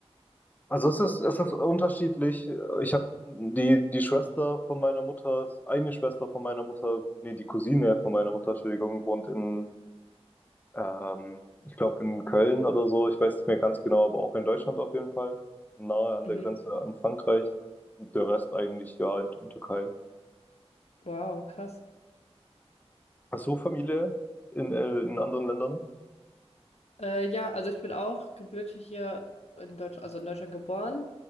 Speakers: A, on the left; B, on the left.
A: also es ist, es ist unterschiedlich. Ich habe die, die Schwester von meiner Mutter, eine Schwester von meiner Mutter, nee, die Cousine von meiner Mutter, Entschuldigung, wohnt in Ähm, ich glaube in Köln oder so, ich weiß nicht mehr ganz genau, aber auch in Deutschland auf jeden Fall. Nahe an
B: Mhm.
A: der Grenze an Frankreich. Und der Rest eigentlich ja in, in Türkei.
B: Wow, krass.
A: Hast du Familie in, äh, in anderen Ländern?
B: Äh, ja, also ich bin auch gebürtig hier in Deutschland, also in Deutschland geboren.